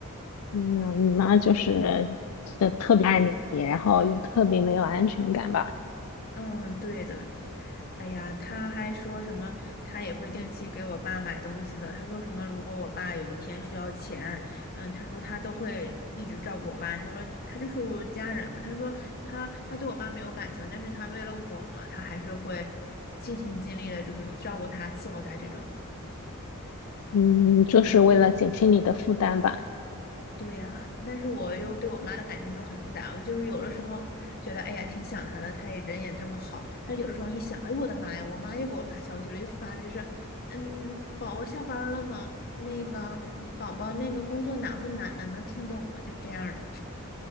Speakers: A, on the left; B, on the left.
A: 嗯，你妈就是呃特别爱你，然后又特别没有安全感吧？
B: 嗯，对的。哎呀，他还说什么，他也会定期给我爸买东西的。他说什么，如果我爸有一天需要钱，嗯，他说他都会一直照顾我爸。他说他就是我家人嘛。他说他他对我爸没有感情，但是他为了我嘛，他还是会尽心尽力的，就是照顾他、伺候他这种。
A: 嗯，就是为了减轻你的负担吧。
B: 对呀，但是我又对我妈的感情就是很复杂。我就是有的时候觉得，哎呀，挺想她的，她也人也这么好。但有的时候一想，哎，我的妈呀，我妈又给我发消息了，又发的就是，嗯，宝宝下班了吗？那个宝宝那个工作难不难呢？能听懂吗？就这样的。